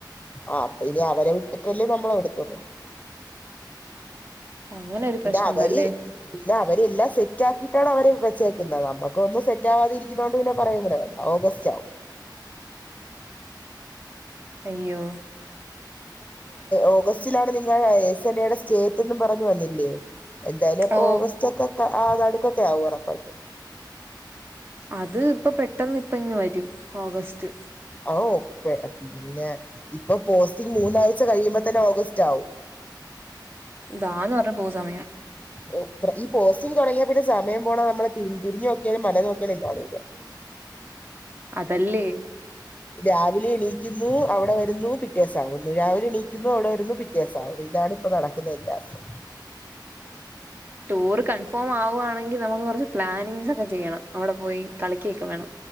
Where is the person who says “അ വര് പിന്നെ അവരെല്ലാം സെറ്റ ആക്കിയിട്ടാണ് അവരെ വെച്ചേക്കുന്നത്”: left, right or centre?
Left